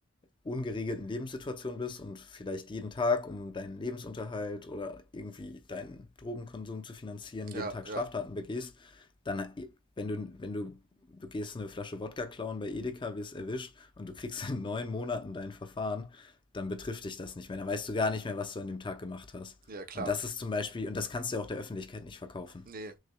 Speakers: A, on the left; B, on the right.
A: ungeregelten Lebenssituation bist und vielleicht jeden Tag, um deinen Lebensunterhalt oder irgendwie deinen Drogenkonsum zu finanzieren,
B: ja,
A: jeden Tag
B: ja,
A: Straftaten begehst, dann, wenn du, wenn du, du gehst eine Flasche Wodka klauen bei Edeka, wirst erwischt und du kriegst in neun Monaten dein Verfahren, dann betrifft dich das nicht mehr. Dann weißt du gar nicht mehr, was du an dem Tag gemacht hast.
B: ja, klar.
A: Und das ist zum Beispiel, und das kannst du ja auch der Öffentlichkeit nicht verkaufen.
B: Nee.